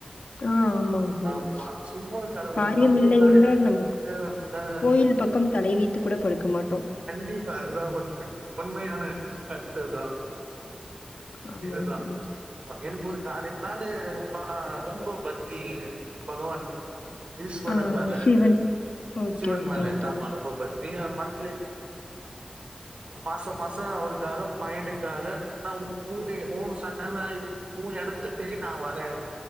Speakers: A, on the left (about 80°); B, on the right (about 65°).
A: ஆ ஆமாங்க தோழன்
B: ஆம்மா சும்மா கடவுள
A: காரியம்
B: நம்முளுக்கு
A: இல்லை
B: ஒரு காரியா
A: என்றால் நமக்கு
B: அஹ் ஆஹ்
A: கோயில் பக்கம் தலை வைத்து கூட படுக்க மாட்டோம்
B: கண்டிப்பா அதுதா ஒண்மை உண்மையான அத் ட்டுதா
A: ஆமாங்க
B: இதுதா
A: தோழன்
B: ஆம்மா எனக்கு ஒரு கரியந்தா வந்து ரொம்ப ஆஹ் ரொம்போ பத்தி பகவான் ஈஸ்வரன்
A: ஆ
B: மேல
A: சிவன் ஓகே
B: சிவன்
A: ஓகேங்க
B: மேல
A: தோழன்
B: ஆம்மா ரொம்ப பத் வீஹா மந்த்லி மாச மாசம் அவருக்காக பயனுக்காக நா உங் உ ஊன் சன்னாய் உன் எடத்து தேடி நா வரே